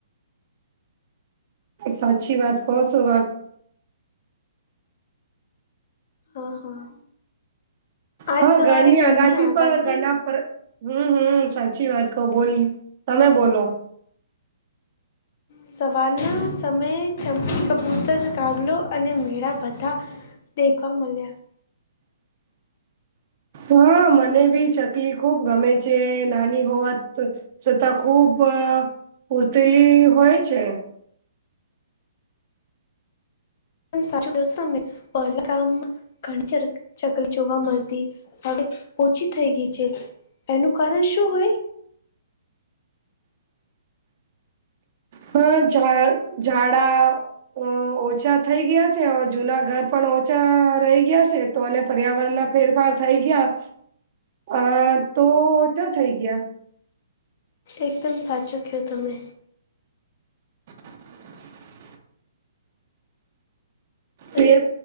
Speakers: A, on the right; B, on the left.
A: સાચી વાત કોશો વાત
B: હા હા આજ
A: હા
B: સવારે
A: ઘરની આગાદી
B: આગાસી
A: પર ઘરડા પર હમ હમ સાચી વાત કહો બોલી તમે બોલો
B: સવારના સમયે ચમકી કબૂતર કાગલો અને મેળા બધા દેખવા મળ્યા
A: હા મને બી ચકલી ખુબ ગમે છે નાની હોવાત સતા ખુબ પૂર્તીલી હોય છે
B: સાચું જોશો અમે પહેલા કામમાં ઘણી ચકલી જોવા મળતી હવે ઓછી થઈ ગઈ છે એનું કારણ શું હોય
A: હા ઝાડા અ ઓછા થઈ ગયા છે જૂના ઘર પણ ઓછા રહી ગયા છે તો અને પર્યાવરણ ના ફેરફાર થઈ ગયા અ તો ઓછા થઈ ગયા
B: એકદમ સાચો કહો તમે
A: <inaudible> પેર
B: અને